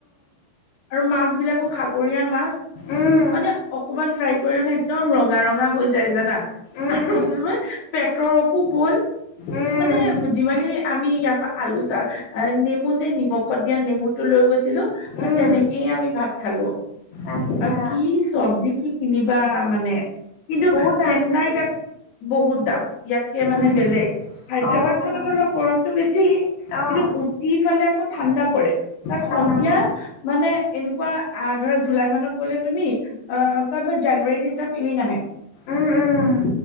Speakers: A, on the left; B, on the left.
A: আৰু মাছবিলাকো সাগৰীয়া মাছ।
B: উম,
A: মানে অকমান ফ্ৰাই কৰিলোনে একদম ৰঙা ৰঙা হৈ যায় জানা
B: উম,
A: আৰু যিমান পেটৰ অসুখ হ'ল,
B: উম,
A: মানে যিমানে আমি ইয়াৰ পৰা আলু চা নেমু যে নিমখত দিয়া নেমুটো লৈ গৈছিলোঁ।
B: উম,
A: তেনেকেইয়ে আমি ভাত খালো
B: আচ্ছা
A: অ কি চবজি কি কিনিবা মানে কিন্তু
B: বহুত দাম
A: চেন্নাই
B: নেকি?
A: তাক বহুত দাম ইয়াতকে মানে
B: উম,
A: বেলেগ হায়দৰাবাদ
B: অ',
A: খানত অলপ গৰমতটো বেছি
B: অ',
A: কিন্তু উটি ফালে আকৌ ঠাণ্ডা পৰে তাত
B: ঠাণ্ডা
A: সন্ধিয়া
B: পৰে
A: মানে এনেকুৱা আহ ধৰা জুলাই মানত গ'লে তুমি অ তাত জানুৱাৰীৰ নিচিনা ফিলিং আহে
B: উম,